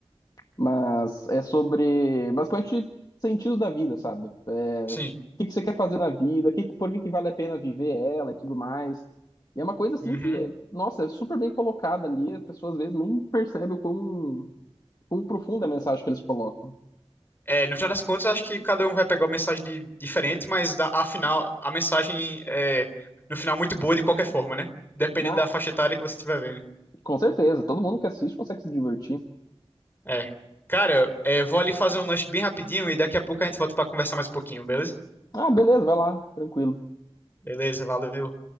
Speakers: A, on the left; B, on the left.
A: Mas é sobre basicamente sentido da vida, sabe? É,
B: sim.
A: o que que você quer fazer na vida, o que, que- por que que vale a pena viver ela e tudo mais. E é uma coisa assim
B: Uhum.
A: que, nossa, é super bem colocada ali, as pessoas às vezes nem percebem o quão, quão profunda é a mensagem que eles colocam.
B: É, no final das contas, eu acho que cada um vai pegar uma mensagem di- diferente, mas da, afinal, a mensagem é, no final, muito boa de qualquer forma, né? Depende
A: Ah,
B: da faixa etária que você estiver vendo.
A: com certeza, todo mundo que assiste consegue se divertir.
B: É. Cara, é, vou ali fazer um lanche bem rapidinho e daqui a pouco a gente volta pra conversar mais um pouquinho, beleza?
A: Ah, beleza, vai lá, tranquilo.
B: Beleza, valeu.